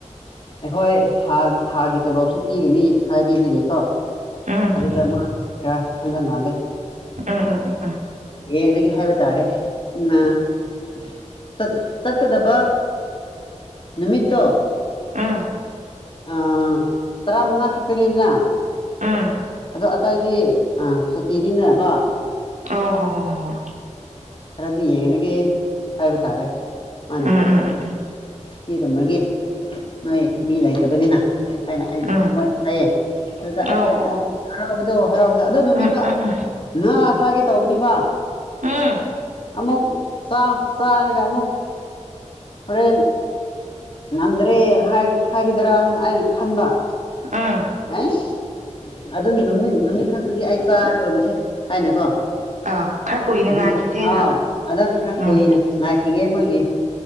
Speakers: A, on the left (about 45°); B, on the right (about 80°).
A: ꯑꯩꯈꯣꯏ ꯊꯥꯒꯤ ꯇꯣꯂꯣꯞꯁꯨ ꯄꯤꯒꯅꯤ ꯍꯥꯏꯕꯤꯕꯒꯦꯀꯣ
B: ꯎꯝ ꯎꯝ
A: ꯑꯗꯨꯗ
B: ꯎꯝ
A: ꯃꯥ ꯈ ꯈꯟꯗ ꯃꯥꯂꯦ
B: ꯎꯝ
A: ꯌꯦꯡꯉꯒ ꯍꯥꯏꯕ ꯇꯥꯔꯦ ꯎ ꯆꯠꯀꯗꯕ ꯅꯨꯃꯤꯠꯇꯣ
B: ꯑꯥ
A: ꯑꯥ ꯇꯔꯥ ꯃꯉꯥ ꯈꯛꯇꯅꯤꯗꯅ
B: ꯎꯝ
A: ꯑꯗꯣ ꯇꯩꯗꯤ ꯑ ꯁꯨꯇꯤꯅꯤꯅ ꯀꯣ
B: ꯑꯣ ꯍꯣ ꯍ ꯍ ꯍ
A: ꯈꯔꯗꯤ ꯌꯦꯡꯂꯥꯒꯦ ꯍꯥꯏꯕ ꯇꯥꯔꯦ ꯃꯥꯅ
B: ꯎꯝ ꯎꯝ ꯎꯝ ꯎꯝ
A: ꯄꯤꯔꯝꯃꯒꯦ ꯅꯣꯏ ꯃꯤ ꯂꯩꯇꯕꯅꯤꯅ ꯍꯥꯏꯅ ꯑꯩꯣꯏ
B: ꯎꯝ
A: ꯍꯥꯏꯌꯦ ꯑꯗꯨꯗ
B: ꯑꯧ
A: ꯑꯩꯈꯣꯏꯅ
B: ꯑꯣ
A: ꯑꯁ
B: ꯑꯣ
A: ꯍꯔꯥꯎꯕꯗꯣ ꯍꯔꯥꯎꯕꯗꯣ ꯑꯗꯣ ꯅꯨꯃꯤꯠꯇꯣ
B: ꯎꯝ ꯎꯝ ꯎꯝ
A: ꯉꯥꯁꯥꯒꯤ ꯇꯧꯕꯅꯤꯕ
B: ꯎꯝ
A: ꯑꯃꯨꯛ ꯆꯥꯔꯒ ꯑꯃꯨꯛ ꯍꯣꯔꯦꯟ ꯉꯝꯗ꯭ꯔꯦ ꯍꯥꯏꯒꯗ꯭ꯔꯥ ꯍꯥꯏꯅ ꯑꯩꯅ ꯈꯟꯕ
B: ꯑꯥ
A: ꯑꯦꯁ ꯑꯗꯨ ꯅꯨꯃꯤꯠ ꯅꯨꯃꯤꯠ ꯈꯛꯇꯗꯤ ꯑꯩ ꯆꯥꯔꯨꯁꯦ ꯍꯥꯏꯅꯀꯣ
B: ꯑꯥ ꯈꯔ ꯀꯨꯏꯅ
A: ꯑꯗꯨꯅ
B: ꯉꯥꯏꯈꯤꯁꯦ ꯑꯩꯅ
A: ꯑꯥ ꯑꯗ ꯈꯔ ꯀꯨꯏꯅ
B: ꯎꯝ
A: ꯉꯥꯏꯈꯤꯒꯦ ꯃꯣꯏꯒꯤ